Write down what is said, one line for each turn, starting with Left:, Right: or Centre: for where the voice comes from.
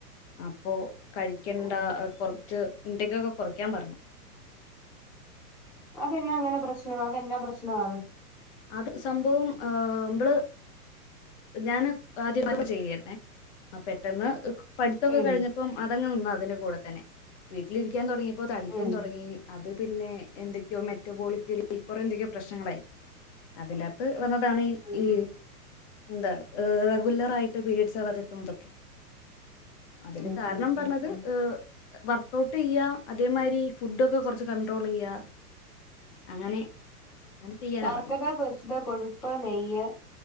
Left: അപ്പൊ കഴിക്കണ്ട
Centre: ഓ
Left: കൊറച്ച്
Centre: ഷിറ്റ്
Left: ഇണ്ടക്കൊക്കെ കുറക്കാൻ പറഞ്ഞു
Centre: അതെ എന്നാ അങ്ങനെ പ്രശ്നം അത എന്നാ പ്രശ്നം അ
Left: അത് സംഭവം മ്മള് ഞാന് ആദ്യ <unintelligible> ചെയ്യന്നെ പെട്ടെന്ന് പഠിത്തൊക്കെ
Centre: ഉം
Left: കഴിഞ്ഞപ്പം മതങ്ങൾ നിന്ന അതിന്റെ കൂടെ തന്നെ വീട്ടിലിരിക്കാൻ തുടങ്ങിയപ്പോ തടിക്കാൻ
Centre: ഉം
Left: തുടങ്ങി അത് പിന്നെ എന്തൊക്കെയോ മെറ്റബോളിക്കലി കുറെ എന്തൊക്കെയോ പ്രശ്നങ്ങളായി. അതിന്റെ കത്ത് വന്നതാണ് ഈ
Centre: ഉം
Left: ഈ എന്താ റെഗുലർ ആയിട്ട് പീരയഡ്സ് ആവാതിെക്കുന്നതൊക്കെ അതിന്
Centre: ഉം
Left: കാരണം
Centre: ഉം
Left: പറഞ്ഞത്
Centre: ഉം ഉം
Left: ഏ വർക്കഔട്ട് ചെയ്യ അതേമാതിരി ഫുഡ ഒക്കെ കുറച്ച് കണ്ട്രോൾ ചെയ്യ അങ്ങനെ അങ്ങനെ ചെയ്യാനാ
Centre: വാർത്തത്,
Left: പറഞ്ഞെ
Centre: പൊരിച്ചത്, കൊഴുപ്പ്, നെയ്യ്